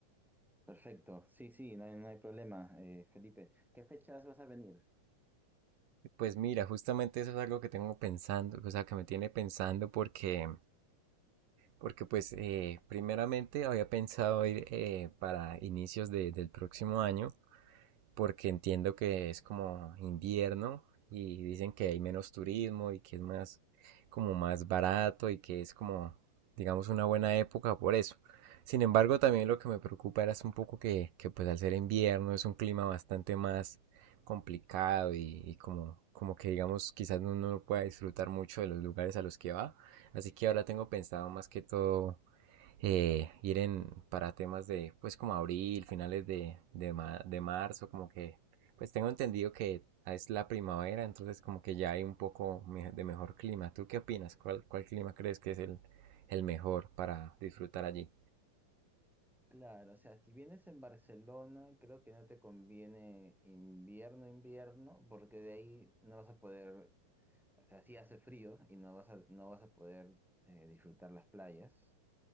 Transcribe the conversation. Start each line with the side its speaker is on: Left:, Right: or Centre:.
Centre: Perfecto, sí, sí, no hay, no hay problema, eh, Felipe. ¿Qué fechas vas a venir?
Right: Pues mira, justamente eso es algo que tengo pensando, o sea, que me tiene pensando porque porque pues eh, primeramente había pensado ir eh, para inicios de- del próximo año, porque entiendo que es como invierno y dicen que hay menos turismo y que es más como más barato y que es como digamos una buena época por eso. Sin embargo, también lo que me preocupa era es un poco que, que, pues al ser invierno es un clima bastante más complicado y, y como, como que digamos quizás uno no pueda disfrutar mucho de los lugares a los que va. Así que ahora tengo pensado más que todo eh, ir en, para temas de, pues como abril, finales de, de, ma- de marzo, como que, pues tengo entendido que ah, es la primavera, entonces como que ya hay un poco me- de mejor clima. ¿Tú qué opinas? ¿Cuál, cuál clima crees que es el, el mejor para disfrutar allí?
Centre: Claro, o sea, si vienes en Barcelona, creo que no te conviene invierno, invierno, porque de ahí no vas a poder, o sea, sí hace frío y no vas a, no vas a poder eh, disfrutar las playas.